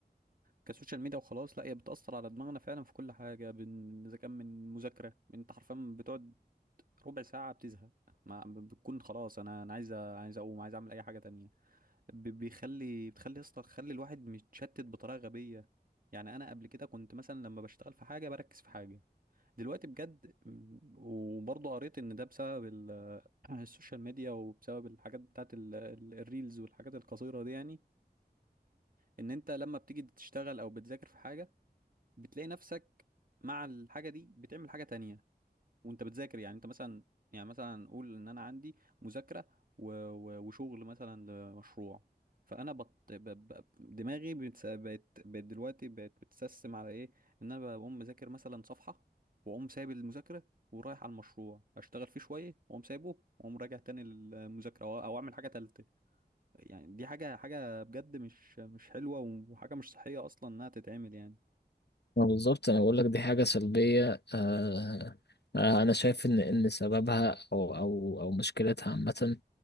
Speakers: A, on the right; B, on the left.
A: كسوشيال ميديا وخلاص لا هي بتأثر على دماغنا فعلا في كل حاجة بن... إذا كان من مذاكرة أنت حرفيا بتقعد ربع ساعة بتزهق ما ب- بتكون خلاص أنا أنا عايز أ- عايز أقوم عايز أعمل أي حاجة تانية ب... بيخلي بتخلي أصلا خلي الواحد متشتت بطريقة غبية يعني أنا قبل كده كنت مثلا لما بشتغل في حاجة بركز في حاجة دلوقتي بجد م- وبرضه قريت إن ده بسبب ال... السوشيال ميديا وبسبب الحاجات بتاعت ال... ال- الريلز والحاجات القصيرة دي يعني إن أنت لما بتيجي تشتغل أو بتذاكر في حاجة بتلاقي نفسك مع الحاجة دي بتعمل حاجة تانية وانت بتذاكر يعني انت مثلا يعني مثلا نقول ان انا عندي مذاكرة و... و... وشغل مثلا لمشروع فانا بط... ب... ب... دماغي بتس... بقت بقت دلوقتي بقت بتسسم على ايه ان انا بقوم مذاكر مثلا صفحة واقوم سايب المذاكرة ورايح على المشروع اشتغل فيه شوية واقوم سايبه واقوم راجع تاني للمذاكرة او أو اعمل حاجة تالتة يعني دي حاجة حاجة بجد مش مش حلوة وحاجة مش صحية اصلا انها تتعمل يعني
B: ما بالظبط انا بقول لك دي حاجة سلبية آه، آه، انا شايف ان ان سببها او او او مشكلتها عامة